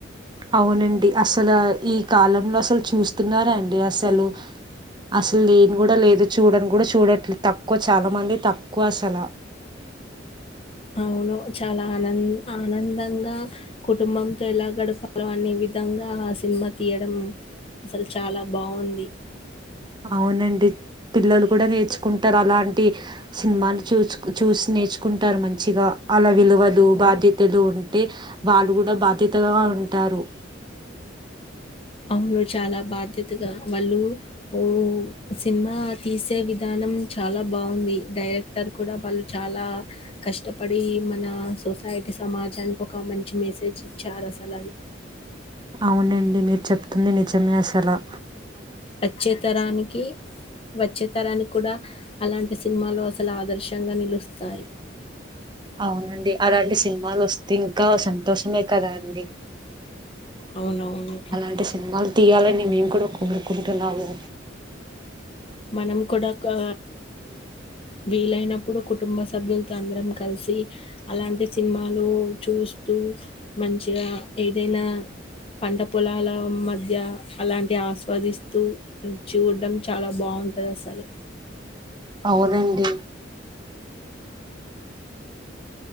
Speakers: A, on the right; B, on the left.
A: అవునండి అసలు ఈ కాలంలో అసలు చూస్తున్నారా అండి అసలు అసలు లేని కూడా లేదు చూడని కూడా చూడట్లేదు తక్కువ చాలా మంది తక్కువ అసల
B: అవును చాలా ఆన ఆనందంగా కుటుంబంతో ఎలా గడపాలో అనే విధంగా ఆ సినిమా తీయడం అసలు చాలా బాగుంది
A: అవునండి పిల్లలు కూడ నేర్చుకుంటారు అలాంటి సినిమాలు చూ చూసిన నేర్చుకుంటారు మంచిగా అలా విలువలు బాధ్యతలు ఉంటే వాళ్ళు కూడా బాధ్యతగా ఉంటారు
B: అవును చాలా బాధ్యతగా వాళ్ళు ఓ సినిమా తీసే విధానం చాలా బాగుంది డైరెక్టర్ కూడా వాళ్ళు చాలా కష్టపడి మన సొసైటీ ఇటి సమాజానికి ఒక మంచి మెసేజ్ ఇచ్చారు అసలు అది
A: అవునండి మీరు చెప్తుంది నిజమే అసల
B: వచ్చే తరానికి వచ్చే తరాని కూడ అలాంటి సినిమాలో అసలు ఆదర్శంగా నిలుస్తాయి
A: అవునండి అలాంటి సినిమాలు వస్తే ఇంకా సంతోషమే కదా అండి
B: అవునవును.
A: అలాంటి సినిమాలు తీయాలని మేము కూడా కోరుకుంటున్నాము
B: మనం కూడా గా వీలైనప్పుడు కుటుంబ సభ్యులతో అందరం కలిసి అలాంటి సినిమాలు చూస్ మంచిగా ఏదైనా పంట పొలాల మధ్య అలాంటి ఆస్వాదిస్తూ చూడ్డం చాలా బాగుంటది అసలు
A: అవునండి